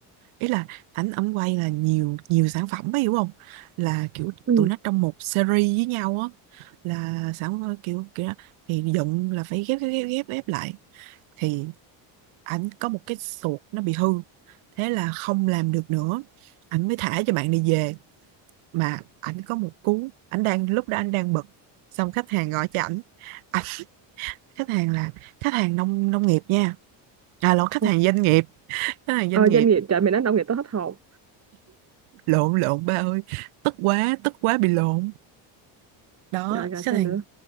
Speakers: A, on the right (about 80°); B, on the right (about 30°).
A: ý là ảnh ảnh quay là nhiều nhiều sản phẩm ấy, hiểu không là kiểu
B: ừ.
A: tụi nó trong một series với nhau á là sản ờ, kiểu kiểu đó. thì dựng là phải ghép ghép ghép ghép ghép lại thì ảnh có một cái sụt nó bị hư thế là không làm được nữa ảnh mới thả cho bạn này về mà ảnh có một cú ảnh đang lúc đó ảnh đang bực xong khách hàng gọi cho ảnh à, khách hàng là khách hàng nông nông nghiệp nha à lộn khách
B: ừ.
A: hàng doanh nghiệp khách hàng
B: ờ
A: doanh nghiệp
B: doanh nghiệp trời mày nói nông nghiệp tao hết hồn
A: lộn lộn ba ơi tức quá tức quá bị lộn đó
B: rồi rồi
A: khách
B: sao
A: hàng
B: nữa